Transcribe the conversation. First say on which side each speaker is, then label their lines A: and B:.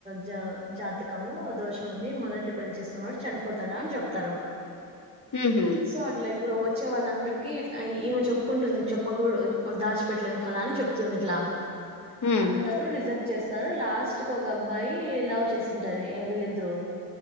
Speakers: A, on the right (about 15°); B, on the left (about 55°).
A: జ జాతకంలో దోషం ఉంది మొదటి పెళ్లి చేసుకున్నవాడు చనిపోతాడు అని చెప్తారు.
B: మ్ హు
A: సో అట్లా ఇప్పుడు వచ్చే వాళ్ళందరికీ ఇట్ల ఈ ఈమె చెప్పుకుంటుంది. చేప్పగూడ దాచిపెట్లేం కదా అని చెప్తుంది ఇట్లా,
B: మ్
A: అందరు రిజెక్ట్ చేస్తారు లాస్ట్ ఒక అబ్బాయి లవ్ చేసింటారు వీళ్ళిద్దరు